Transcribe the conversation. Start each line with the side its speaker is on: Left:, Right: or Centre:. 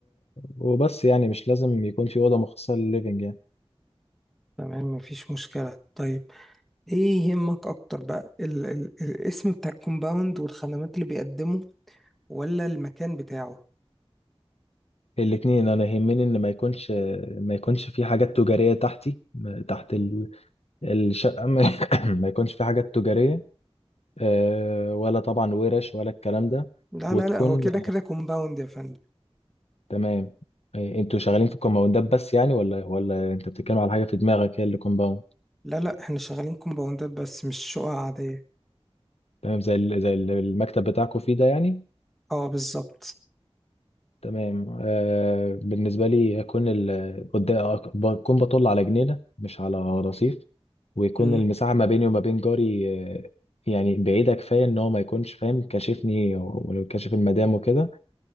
Left: وبس يعني مش لازم يكون في أوضة مخصصة للليفينج يعني
Centre: تمام مفيش مشكلة طيب ايه يهمك اكتر بقى ال ال الاسم بتاع الكومباوند والخدمات اللي بيقدمه ولا المكان بتاعه
Left: الاتنين انا يهمني ان ما يكونش ما يكونش في حاجات تجارية تحتي تحت ال- الشقة <laughs> ما <coughs> ما يكونش في حاجات تجارية آه، ولا طبعا ورش ولا الكلام ده
Centre: لا
Left: وتكون
Centre: لا لا هو كده كده كومباوند يا فندم
Left: تمام آه، انتوا شغالين في الكومباوندات بس يعني ولا ولا انت بتتكلم على حاجة في دماغك هي اللي كومباوند
Centre: لا لا احنا شغالين كومباوندات بس مش شقق عادية
Left: تمام زي ال- زي ال- المكتب بتاعكم فيه ده يعني
Centre: اه بالظبط
Left: تمام آه، بالنسبة لي هكون ال- قدام- بكون بطل على جنينة مش على رصيف ويكون
Centre: مم.
Left: المساحة ما بيني وما بين جاري آه، يعني بعيدة كفاية إن هو ما يكونش فاهم كاشفني وكاشف المدام وكده